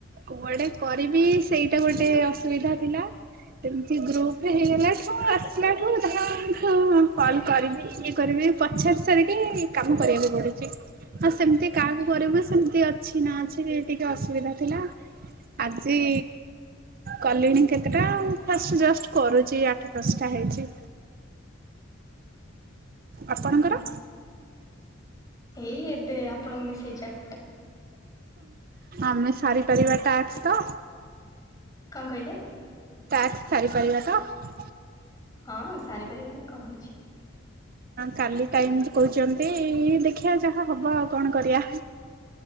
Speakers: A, on the right; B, on the left.
A: କୁଆଡେ କରିବି ସେଇଟା ଗୋଟେ ଅସୁବିଧା ଥିଲା। ଏମିତି ଗ୍ରୁପ ହେଇଗଲାଠୁ ଆସିଲାଠୁ <unintelligible> କଲ କରିବି ଇଏ କରିବି ପ <unintelligible> ସାରିକି କାମ କରିବାକୁ ପଡୁଛି ଆଉ ସେମିତି କାହାକୁ
B: ଆଚ୍ଛା
A: କରିବୁ ସେମିତି ଅ କିଛି ନା ଅଛି ଟିକେ ଅସୁବିଧା ଥିଲା। ଆଜି କଲିଣି କେତେଟା ଫା ଜଷ୍ଟ କରୁଚି ଆଠ ଦଶଟା ହେଇଚି। ଆପଣଙ୍କର?
B: ଉଁ ହୁଁ ଏଇ ଏବେ ଆପଣଙ୍କୁ ମିଶେଇ ଚା
A: ଆମେ ସାରିପାରିବା ଟାସ ତ?
B: କଣ କହିଲେ?
A: ଟାସ୍କ ସାରିପାରିବା ତ?
B: ହଁ ସାରିପାରିବାନି କଁ ହେଇଚି।
A: କାଲି ଟାଇମ କହୁଚନ୍ତି ଦେଖିବା ଯାହା ହବ ଆଉ କଣ କରିବା।